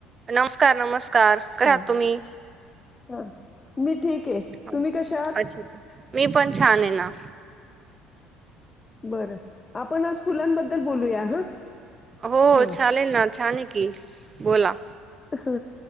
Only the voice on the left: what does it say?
हा
हा मी ठीक आहे
तुम्ही कशा आहात
बरं आपण आज फुलांबद्दल बोलूया हा.
ह
ह